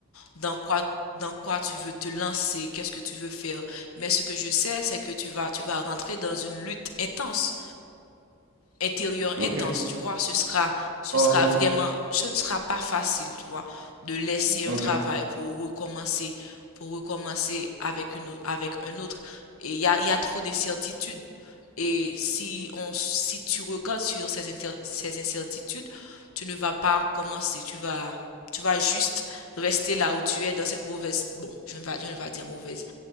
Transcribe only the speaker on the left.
dans quoi dans quoi tu veux te lancer, qu'est-ce que tu veux faire. Mais ce que je sais, c'est que tu vas tu vas rentrer dans une lutte intense. intérieur
intense, tu vois, ce sera, ce
sera vraiment, ce ne sera pas facile, tu vois, de laisser
un travail pour recommencer, pour recommencer avec une, au- avec un autre. Et il y a, il y a trop d'incertitudes. Et si on, si tu regardes sur ces, inter- ces incertitudes, tu ne vas pas commencer, tu vas, tu vas juste rester là où tu es dans cette mauvaise, bon, je ne vais, je ne vais pas dire mauvaise,